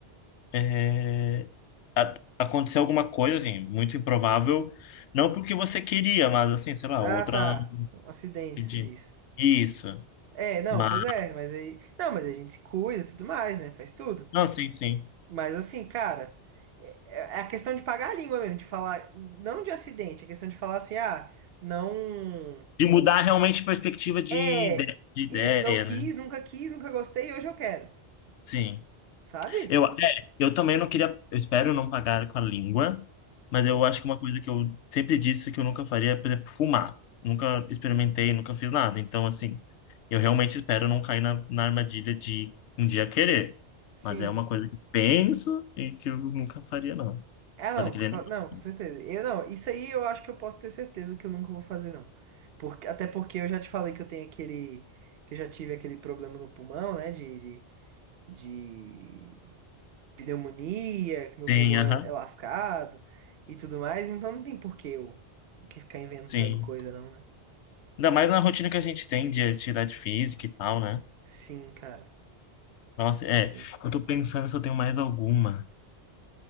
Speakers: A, on the left; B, on the right.
A: é a- acontecer alguma coisa, assim, muito improvável, não porque você queria, mas assim, sei lá,
B: Ah,
A: outra.
B: tá. Acidente,
A: Entendi.
B: se diz.
A: Isso.
B: É, não,
A: Mas,
B: pois é, mas aí. Não, mas a gente se cuida e tudo mais, né? Faz tudo.
A: não, sim, sim.
B: Mas assim, cara, é, é é a questão de pagar a língua mesmo, de falar. Não de acidente, é questão de falar assim, ah, não.
A: De mudar realmente a perspectiva de
B: É,
A: ide- de ideia,
B: isso, não quis,
A: né?
B: nunca quis, nunca gostei, hoje eu quero,
A: Sim.
B: sabe?
A: Eu, é, eu também não queria. Eu espero não pagar com a língua, mas
B: Hum,
A: eu acho que uma coisa que eu sempre disse que eu nunca faria é, por exemplo, fumar. Nunca experimentei, nunca fiz nada. Então, assim, eu realmente espero não cair na, na armadilha de um dia querer.
B: sim.
A: Mas é uma coisa que penso e que eu nunca faria, não.
B: Ah, não,
A: Mas aquele.
B: cla-
A: animal.
B: não, com certeza. Eu não, isso aí eu acho que eu posso ter certeza que eu nunca vou fazer, não. Porque, até porque eu já te falei que eu tenho aquele, que eu já tive aquele problema no pulmão, né, de, de, de pneumonia, que meu
A: Sim,
B: pulmão
A: aham.
B: é, é lascado e tudo mais, então não tem por que eu que ficar inventando
A: Sim.
B: coisa, não, né?
A: Ainda mais na rotina que a gente tem de atividade física e tal, né?
B: Sim, cara,
A: Nossa, é.
B: sim.
A: Eu tô pensando se eu tenho mais alguma.